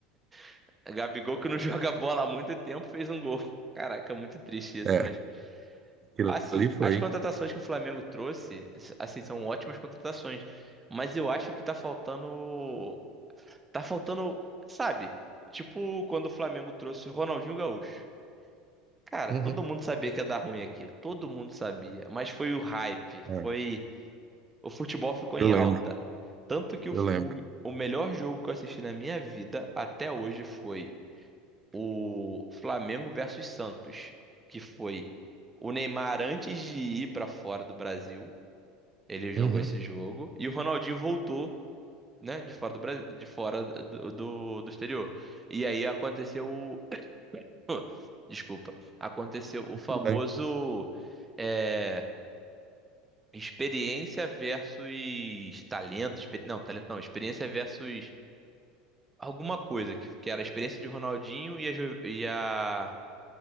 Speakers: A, on the right; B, on the right.
A: <laughs> Gabigol que não <laughs> joga bola há muito tempo fez um gol. Caraca, muito triste isso,
B: É,
A: mas.
B: aquilo
A: Assim,
B: ali foi.
A: as contratações que o Flamengo trouxe, assim, são ótimas contratações. Mas eu acho que tá faltando. Tá faltando. Sabe? Tipo quando o Flamengo trouxe o Ronaldinho Gaúcho. Cara,
B: Uhum.
A: todo mundo sabia que ia dar ruim aquilo. Todo mundo sabia. Mas foi o hype.
B: É,
A: Foi. O futebol ficou
B: eu
A: em
B: lembro,
A: alta. Tanto que o,
B: eu lembro.
A: o, o melhor jogo que eu assisti na minha vida até hoje foi o Flamengo versus Santos, que foi o Neymar antes de ir pra fora do Brasil, ele jogou
B: Uhum.
A: esse jogo e o Ronaldinho voltou, né, de fora do Brasil, de fora do, do, do exterior. E aí aconteceu o <coughs> <laughs> Desculpa. Aconteceu o famoso
B: Tudo bem.
A: eh, Experiência versus talento. exper- Não, talento não. Experiência versus alguma coisa, que, que era a experiência de Ronaldinho e a, ju- e a-